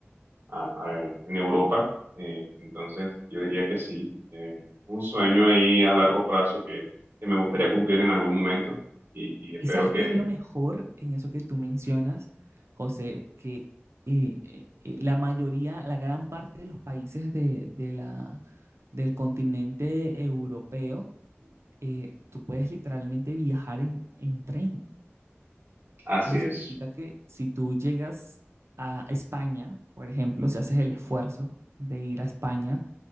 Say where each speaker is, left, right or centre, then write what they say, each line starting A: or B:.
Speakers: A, on the right; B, on the right.
A: a- a- en Europa. Eh, entonces, yo diría que sí. Eh, un sueño ahí a largo plazo que, que me gustaría cumplir en algún momento y, y espero
B: Y sabes
A: que
B: qué es lo mejor en eso que tú mencionas, José, que eh, eh, eh, la mayoría, la gran parte de los países de, de la, del continente europeo, eh, tú puedes literalmente viajar en, en tren.
A: así
B: Eso significa
A: es,
B: que si tú llegas a España, por ejemplo, si haces el esfuerzo de ir a España,